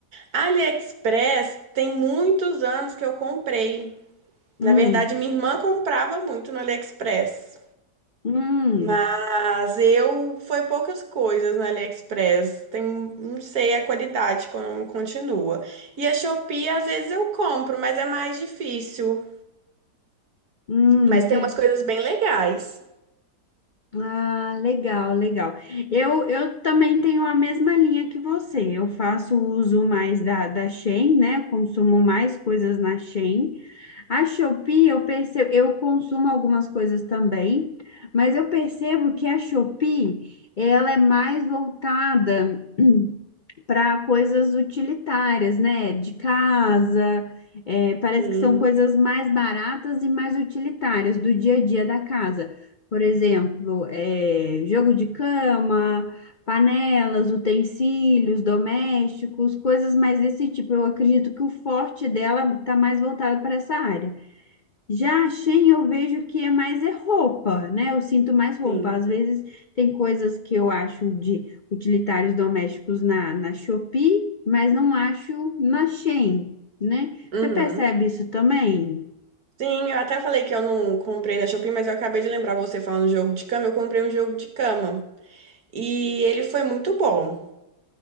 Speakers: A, on the right; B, on the left.
A: AliExpress tem muitos anos que eu comprei.
B: Hum,
A: Na verdade, minha irmã comprava muito no AliExpress.
B: hum,
A: Mas eu foi poucas coisas no AliExpress. Tem, não sei a qualidade como continua. E a Shopee às vezes eu compro, mas é mais difícil.
B: hum,
A: Mas tem
B: tem.
A: umas coisas bem legais.
B: Ah, legal, legal. Eu, eu também tenho a mesma linha que você. Eu faço uso mais da, da Shein, né? consumo mais coisas na Shein. A Shopee, eu percebo, eu consumo algumas coisas também, mas eu percebo que a Shopee, ela é mais voltada para coisas utilitárias, né? De casa, é, parece
A: Sim,
B: que são coisas mais baratas e mais utilitárias do dia a dia da casa. Por exemplo, é, jogo de cama, panelas, utensílios domésticos, coisas mais desse tipo. Eu acredito que o forte dela está mais voltado para essa área. Já a Shein eu vejo que é mais é roupa, né? Eu sinto mais roupa.
A: sim.
B: Às vezes tem coisas que eu acho de utilitários domésticos na, na Shopee, mas não acho na Shein, né?
A: Uhum.
B: Você percebe isso também?
A: Sim, eu até falei que eu não comprei na Shopee, mas eu acabei de lembrar você falando jogo de cama. Eu comprei um jogo de cama e ele foi muito bom.